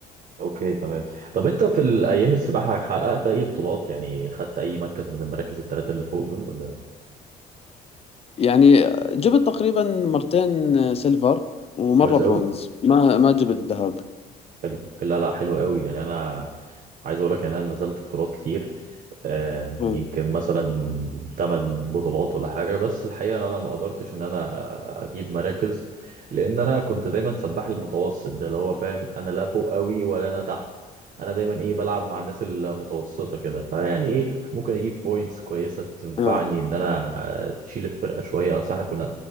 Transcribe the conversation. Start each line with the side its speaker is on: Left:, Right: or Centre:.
Right: اوكي تمام طب انت في الايام السباحه حققت اي بطولات يعني خدت اي مركز من المراكز الثلاثه اللي فوق دول ولا
Left: يعني جبت تقريبا مرتين سيلفر ومرة
Right: كويس
Left: برونز
Right: قوي
Left: ما ما جبت ذهب
Right: حلو لا لا حلو قوي يعني انا عايز اقول لك يعني انا نزلت بطولات كتير آه،
Left: مم.
Right: يمكن مثلا 8 بطولات ولا حاجة بس الحقيقة إن أنا ما قدرتش إن أنا أجيب مراكز لأن أنا كنت دايما سباح المتوسط ده اللي هو فاهم أنا لا فوق أوي ولا أنا تحت أنا دايما إيه بلعب مع الناس المتوسطة كده فيعني إيه ممكن أجيب بوينتس كويسة تنفعني
Left: اه
Right: إن أنا تشيل الفرقة شوية أصل إحنا كنا